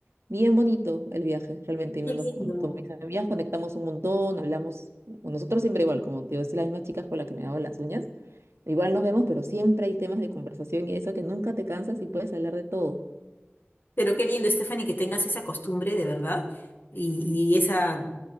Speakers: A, on the right; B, on the left.
A: Bien bonito el viaje, realmente. Nos,
B: Qué lindo.
A: con, con mis amigas conectamos un montón, hablamos. con Nosotros siempre igual, como te digo, es las mismas chicas con las que me hago las uñas. Igual nos vemos, pero siempre hay temas de conversación y eso que nunca te cansas y puedes hablar de todo.
B: Pero qué lindo, Stephanie, que tengas esa costumbre de verdad y, y esa